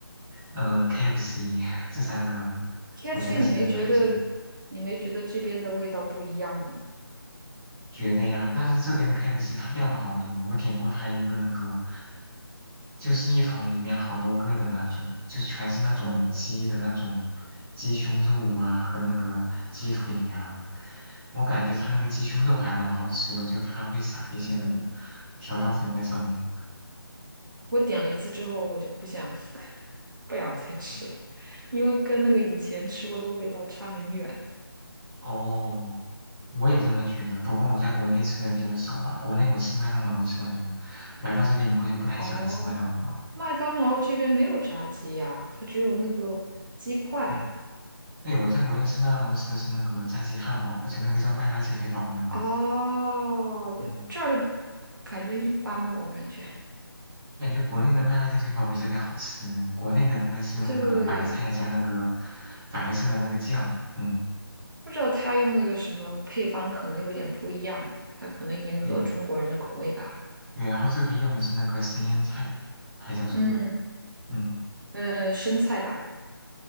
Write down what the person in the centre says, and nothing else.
呃 KFC 这三个，
我觉得是还行。
觉得呀，但是这边的 KFC 它量好多，我点过它一个那个，就是一桶里面好多个的那种，就全是那种鸡的那种
鸡胸肉啊和那个鸡腿呀、我感觉它那个鸡胸肉还蛮好吃的，就它会撒一些那个
调料粉在上面。
嗯
哦，我也这么觉得，不过我在国内吃的比较少吧，国内我吃麦当劳吃的多，来到这边以后就不太喜欢吃麦当劳。
嗯。对，我在国内吃麦当劳吃的是那个炸鸡汉堡，而且那个叫麦辣鸡腿堡那个，
嗯，
感觉国内的麦辣鸡腿堡比这边好吃。国内的那个是用那个白菜加那个
白色的那个酱，嗯，
对对，然后这边用的是那个生腌菜，还叫什么？
嗯，